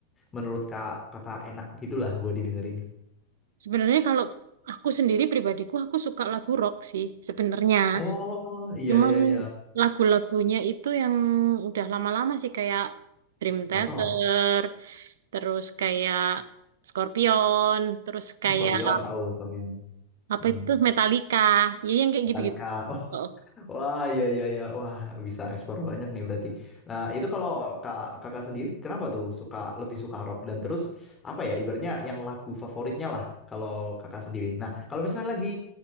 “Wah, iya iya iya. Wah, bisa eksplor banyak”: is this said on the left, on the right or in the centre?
Left